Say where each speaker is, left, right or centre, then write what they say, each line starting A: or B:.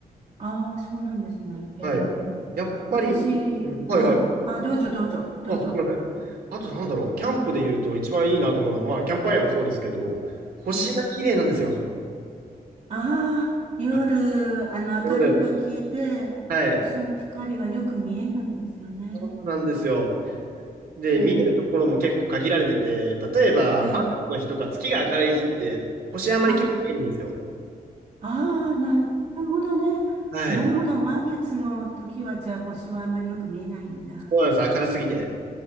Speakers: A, on the right; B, on the right.
A: ああ、そうなんですね。へえ。
B: はい。やっぱり、
A: 私、
B: うん、
A: はい。
B: はいはい。
A: あ、どうぞどうぞ、どうぞ。
B: あ、すいません。あとなんだろう、キャンプで言うと一番いいなと思うのは、まあ、キャンプファイアもそうですけど、星が綺麗なんですよ。
A: ええ。ああ、夜、
B: はい
A: あの、明かりが消えて、
B: なので、はい。
A: 星の光がよく見えるんですよね。
B: そうなんですよ。で、
A: え
B: 見えるところも結構限られてて、
A: え、
B: 例えば、
A: ええ、
B: 満月の日とか月が明るい日って、星あんまり綺麗に見えないんですよ。
A: はい。ああ、なるほどね。
B: はい。
A: なるほど。満月の時は、じゃあ星はあまりよく見えないんだ。
B: そうなんです。明るすぎて。